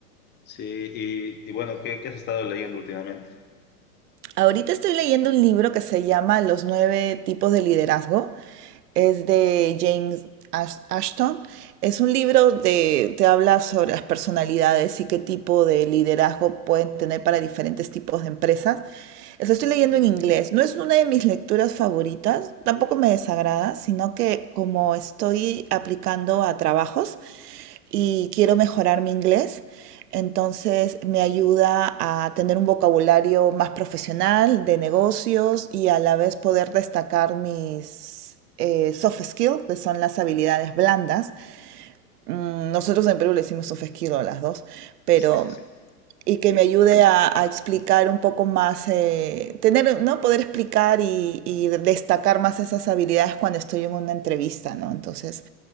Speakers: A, on the left; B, on the right.
A: Sí, y, y bueno, ¿qué, qué has estado leyendo últimamente?
B: Ahorita estoy leyendo un libro que se llama Los nueve tipos de liderazgo. Es de James Ash- Ashton. Es un libro de, te habla sobre las personalidades y qué tipo de liderazgo pueden tener para diferentes tipos de empresas. Lo estoy leyendo en inglés. No es una de mis lecturas favoritas, tampoco me desagrada, sino que como estoy aplicando a trabajos, y quiero mejorar mi inglés. Entonces me ayuda a tener un vocabulario más profesional de negocios y a la vez poder destacar mis eh, soft skills, que son las habilidades blandas. Mm, Nosotros en Perú le decimos soft skills a las dos, pero
A: Sí, sí, sí.
B: y que me ayude a, a explicar un poco más, eh, tener, ¿no? Poder explicar y, y destacar más esas habilidades cuando estoy en una entrevista, ¿no? Entonces,